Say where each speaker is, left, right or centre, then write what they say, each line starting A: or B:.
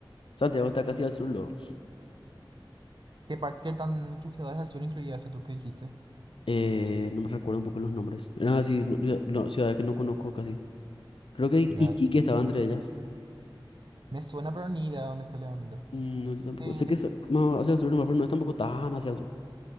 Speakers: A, on the left; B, on the right.
A: Santiago está casi al sur, luego.
B: ¿Qué par qué tan, qué ciudades al sur incluía ese tour que dijiste?
A: Eh, no me recuerdo un poco los nombres. Eran así, no- yo- no, ciudades que no conozco casi. Creo que I-
B: Ya,
A: Iquique
B: ya.
A: estaba entre ellas.
B: me suena, pero ni idea de dónde está legalmente.
A: Mm, No, yo tampoco.
B: Eh,
A: Sé que es más hacia el sur, nomás, pero no es tampoco tan hacia el sur.